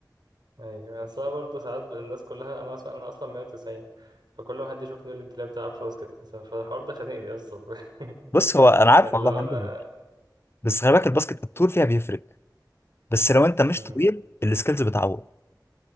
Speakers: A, on the right; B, on the left.
A: ايوه اصل انا برضه ساعات الناس كلها انا مثلا انا اصلا 190 فكل ما حد يشوفني يقول لي انت ليه ما بتلعبش باسكت مثلا فالحوار ده خانقني اصلا <laughs>
B: بص هو انا عارف
A: اللي
B: والله
A: هو
B: حلو
A: انا
B: بس خلي بالك الباسكت الطول فيها بيفرق بس لو انت مش
A: امم
B: طويل السكيلز بتعوض